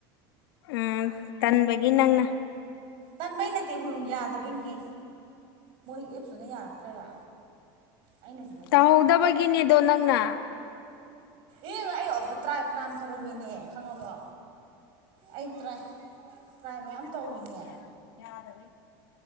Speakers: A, on the left; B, on the right.
A: ꯎꯝ ꯇꯟꯕꯒꯤ ꯅꯪꯅ
B: ꯇꯟꯕꯩ ꯅꯠꯇꯦ ꯍꯣꯡ ꯌꯥꯗꯕꯩꯅꯤꯍꯦ ꯃꯣꯏ ꯑꯦꯞꯇꯨꯅ ꯌꯥꯔꯛꯇ꯭ꯔꯒ ꯑꯩꯅꯁꯨ ꯅꯠꯇꯅ
A: ꯇꯧꯍꯧꯗꯕꯒꯤꯅꯦꯗꯣ ꯅꯪꯅ
B: ꯏ ꯑꯦ ꯑꯣꯕꯇ꯭ꯔꯥ ꯔꯥꯝ ꯇꯧꯔꯝꯃꯤꯅꯦ ꯈꯪꯉꯕꯣ ꯑꯩ ꯇ꯭ꯔꯥꯏ ꯇꯥꯏ ꯃꯌꯥꯝ ꯇꯧꯋꯤꯅꯦ
A: ꯇ ꯌꯥꯗ